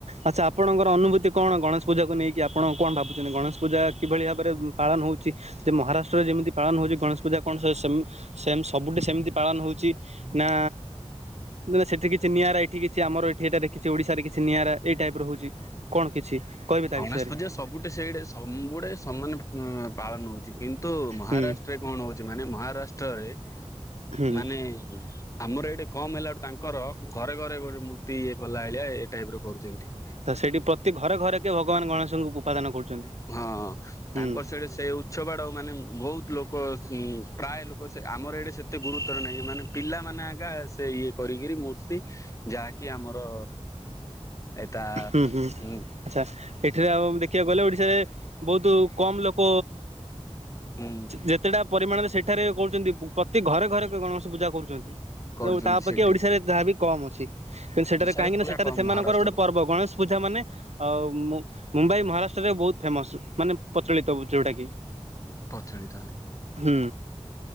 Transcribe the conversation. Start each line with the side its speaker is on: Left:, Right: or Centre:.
Right: ଆଚ୍ଛା ଆପଣଙ୍କର ଅନୁଭୂତି କଣ ଗଣେଶ ପୂଜାକୁ ନେଇକି ଆପଣ କଣ ଭାବୁଛଚନ୍ତି ଗଣେଶ ପୂଜା କିଭଳି ଭାବରେ ପାଳନ ହଉଛିଚି? ଯେ ମହାରାଷ୍ଟ୍ରରେ ଯେମିତି ପାଳନ ହଉଛି ଗଣେଶ ପୂଜା କଣ ସ ସେ ସେମ୍ ସବୁଠି ସେମିତି ପାଳନ ହଉଚି ନା ମ ସେଠି କିଛି ନିଆରାଇ ଏଠି କିଛି ଆମର ଏଠି ଏଟା କିଛି ଓଡ଼ିଶାରେ କିଛି ନିଆରା ଏଇ ଟାଇପ ରହୁଛି କଣ କିଛି କହିବେ ତା
Left: ଗଣେଶ
Right: ବିଷୟରେ
Left: ପୂଜା ସବୁଠେ ସେଇଡେ ସବୁଡେ ସମାନେ ପାଳନ ହଉଚି କିନ୍ତୁ ତ ମହାରାଷ୍ଟ୍ରରେ
Right: ହୁଁ
Left: କଣ ହଉଚି ମାନେ ମହାରାଷ୍ଟ୍ରରେ
Right: ହୁଁ
Left: ମାନେ ଆମର ଏଇଠେ କମ ହେଲା ବୁ ତାଙ୍କର ଘରେ ଘରେ ଗୋଟେ ମୂର୍ତ୍ତି ଇଏ କଲା ଭଳିଆ ଏଇ ଟାଇପ ର କରୁଚନ୍ତି।
Right: ତ ସେଠି ପ୍ରତି ଘରେ ଘରେ କେ ଭଗବାନ ଗଣେଶଙ୍କୁ ଉପାଦାନ କରୁଛନ୍ତି
Left: ହଁ
Right: ହୁଁ
Left: ତାଙ୍କର ସହିତ ସେ ଉତ୍ସବ ବାଡ ମାନେ ବହୁତ ଲୋକ ଲୋକ ପ୍ରାୟ ଲୋକ ଆମର ଏଇଟେ ସେତେ ଗୁରୁତର ନାହିଁ ମାନେ ପିଲାମାନୋନେ ଆକା ସେ ଇଏ କରିକିରି ମୂର୍ତ୍ତି ଯାହାକି ଆମର ଏଟା
Right: ହୁଁ ହୁଁ
Left: ଉ
Right: ଆଚ୍ଛା ଏଠିରେ ଆଉ ଦେଖିବାକୁ ଗଲେ ଓଡିଶାରେ ବହୁତ କମ୍ ଲୋକ
Left: ହୁଁ
Right: ଯେତେଟା ପରିମାଣରେ ସେଠାରେ କହୁଚନ୍ତି ପ୍ରତି ଘରେ ଘରେ ଗଣେଶ ପୂଜା କରୁଚନ୍ତି।
Left: କରୁଛନ୍ତି
Right: ତା ଅପକ୍ଷେ
Left: ସେଇଠି
Right: ଓଡିଶାରେ ଯହା ବି କମ ଅଛି କିନ୍ତୁ ସେଠାରେ
Left: ଓଡିଶାରେ
Right: କାହିଁକି
Left: ପୁରା
Right: ନା ସେଠାରେ
Left: କମ
Right: ସେମାନଙ୍କର
Left: ମହାରାଷ୍ଟ୍ରରୁ
Right: ଗୋଟେ ଗଣେଶ ପୂଜା ମାନେ ଆଉ ମୁ ମୁମ୍ବାଇ ମହାରାଷ୍ଟ୍ରରେ ବହୁତ ଫେମସ ମାନେ ପ୍ରଚଳିତ ଯୋଉଟା କି।
Left: ପ୍ରଚଳିତ।
Right: ହୁଁ